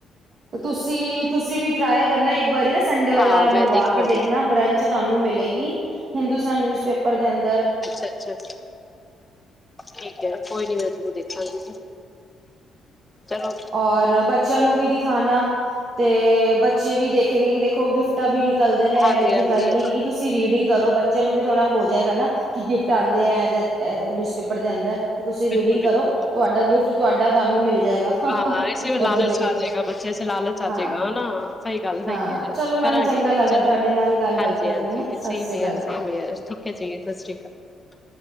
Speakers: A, on the right; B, on the left.
A: ਤੁਸੀਂ, ਤੁਸੀਂ ਵੀ ਟਰਾਈ ਕਰਨਾ ਇੱਕ ਵਾਰੀ ਨਾ ਸੰਡੇ ਵਾਲਾ
B: ਹਾਂ
A: ਮੰਗਵਾ
B: ਮੈਂ ਦੇਖਾਂਗੀ
A: ਕੇ ਦੇਖਣਾ ਬਰੰਚ ਤੁਹਾਨੂੰ ਮਿਲ ਲੇ ਗੀ ਹਿੰਦੁਸਤਾਨ ਨਿਊਜ਼ ਪੇਪਰ ਪੜਦੇ ਅਨ
B: ਅੱਛਾ ਅੱਛਾ ਠੀਕ ਹੈ ਕੋਈ ਨੀ ਮੈਂ ਜ਼ਰੂਰ ਦੇਖਾਂਗੀ ਚਲੋ
A: ਔਰ ਬੱ ਬੱਚਿਆਂ ਨੂੰ ਵੀ ਦਿਖਾਉਣਾ ਤੇ ਬੱਚੇ ਵੀ ਦੇਖੇਂਗੇ ਕਿ ਦੇਖ ਖੋ ਗਿਫਟਾਂ ਵੀ ਨਿਕਲਦੇ ਨੇ
B: ਹਾਂਜੀ
A: ਇਹੋ ਜਿਹੀ
B: ਹਾਂਜੀ
A: ਗੱਲ ਨੀ ਗੀ ਤੁਸੀਂ ਰੀਡਿੰਗ ਕਰੋ ਬੱਚਿਆਂ ਨੂੰ ਵੀ ਥੋੜਾ ਹੋ ਜਾਏਗਾ ਨਾ ਕਿ ਗਿਫਟ ਆਉਂਦੇ ਆ ਇਹ ਨਿਊਜ਼ਪੇਪਰ ਦੇ ਅੰਦਰ ਤੁਸੀਂ
B: ਬਿਲਕੁਲ
A: ਰੀਡਿੰਗ ਕਰੋ
B: ਬਿਲਕੁਲ
A: ਤੁਹਾਡਾ ਗਿਫਟ ਤੁਹਾਡਾ ਤੁਹਾਨੂੰ ਮਿਲ ਜਾਏਗਾ
B: ਹਾਂ ਇਸ ਲਾਲਚ
A: ਉੱਧਰੋਂ ਹੀ
B: ਆ ਜੇਗਾ ਬੱਚਿਆਂ ਚ ਲਾਲਚ ਆ
A: ਹਾਂ
B: ਜੇਗਾ ਹਨਾ ਸਹੀ ਗੱਲ ਸਹੀ
A: ਹਾਂ
B: ਕਹਿ ਰਹੇ ਹੋ
A: ਚਲੋ
B: ਤੁਸੀਂ
A: ਮੈਨੂੰ
B: ਕਰਾਂਗੀ
A: ਚੰਗਾ
B: ਮੈਂ
A: ਲੱਗਿਆ
B: ਚਲੋ
A: ਤੁਹਾਡੇ ਨਾਲ ਗੱਲਬਾਤ
B: ਹਾਂਜੀ
A: ਕਰਕੇ
B: ਹਾਂਜੀ
A: ਨਾ
B: ਸੇਮ
A: ਸਤਿ ਸ੍ਰੀ
B: ਹੇਅਰ
A: ਅਕਾਲ
B: ਸੇਮ ਹੇਅਰ ਠੀਕ ਹੈ ਜੀ ਸਤਿ ਸ੍ਰੀ ਅਕਾਲ